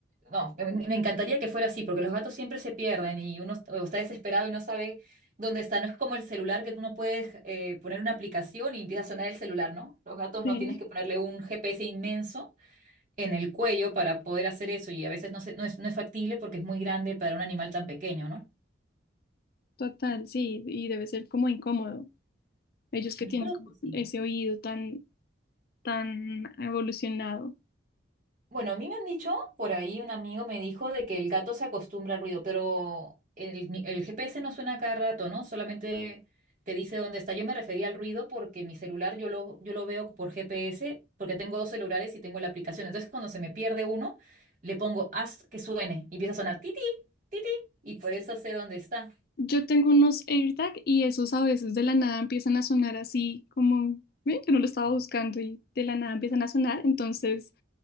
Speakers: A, on the right (about 45°); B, on the left (about 50°).
A: no, me, me encantaría que fuera así, porque los gatos siempre se pierden y uno est- o está desesperado y no sabe dónde está. No es como el celular que tú no puedes eh, poner una aplicación y empieza a sonar el celular, ¿no? Los gatos
B: Sí,
A: no tienes que ponerle un GPS inmenso en el cuello para poder hacer eso y a veces no se- no es, no es factible porque es muy grande para un animal tan pequeño, ¿no?
B: total, sí, y debe ser como incómodo, ellos que
A: Yo
B: tienen
A: creo
B: como
A: que sí.
B: ese oído tan, tan evolucionado.
A: Bueno, a mí me han dicho, por ahí un amigo me dijo de que el gato se acostumbra al ruido, pero el, mi- el GPS no suena a cada rato, ¿no? Solamente te dice dónde está. Yo me refería al ruido porque mi celular yo lo, yo lo veo por GPS, porque tengo dos celulares y tengo la aplicación. Entonces, cuando se me pierde uno, le pongo haz que suene y empieza a sonar titi, titi, y por eso sé dónde está.
B: Yo tengo unos AirTag y esos a veces de la nada empiezan a sonar así como, "Ve, yo no lo estaba buscando y de la nada empiezan a sonar, entonces